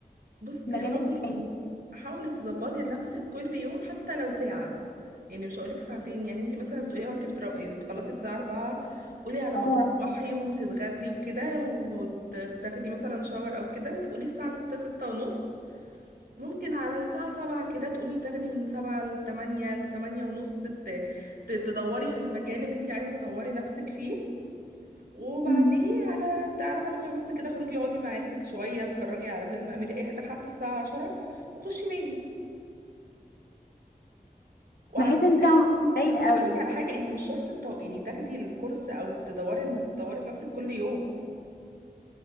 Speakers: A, on the right; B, on the left.
A: بصي
B: المجال
A: حاولي
B: التاني
A: حاولي تظبطي لنفسك كل يوم حتى لو ساعة يعني مش هقولك ساعتين يعني انت مثلا بتقولي اه انت بترو... يعني بتخلصي الساعة 4 قولي على
B: اه
A: ما تروحي وتتغدي وكده وتاخدي مثلا شاور او كده تقولي الساعة 6 6 ونص ممكن على الساعة 7 كده تقومي تاخدي من 7 ل 8 ل 8 ونص ت... ت- تدوري في المجال اللي انت عايزة تطوري نفسك فيه وبعديه
B: مم.
A: على على 8 ونص كده اخرجي اقعدي مع عيلتك شوية اتفرجي على فيلم اعملي اي حاجة لحد الساعة 10 وخشي نامي وعلى
B: بحس
A: فكرة
B: ان ساعه ونص قليل
A: بس
B: قوي
A: هقول لك على حاجة انت مش شرط الطو... يعني تاخدي الكورس او تدوري انك تطوري في نفسك كل يوم